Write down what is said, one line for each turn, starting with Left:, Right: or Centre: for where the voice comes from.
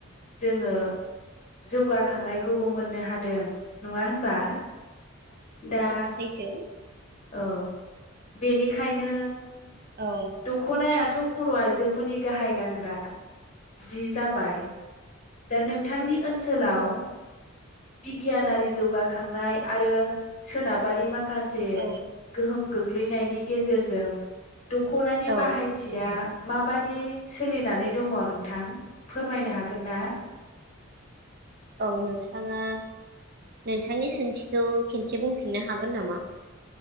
Left: जोंङो जौगाखांनायखौबो मोननो हादों। नंङा होनबा? दा
Right: थो।
Left: औ बेनिखायनो
Right: औ
Left: दख'नाया थ' बर' आइजोफोरनि गाहाय गानग्रा जि जाबाय दा नोंथांनि ओनसोलाव बिगियानारि जौगाखांनाय आरो सोनाबा रि मा खासे
Right: औ
Left: गोहोम गो ग्लैनायनि गेजेरजों दख'नानि
Right: औ
Left: बाहायथिया माबादि सोलिनानै दंङ नोंथां फोरमायनो हागोन ना?
Right: औ नोंथांङा नोंथांनि सोंथिखौ खनसे बुंफिननो हागोन नामा?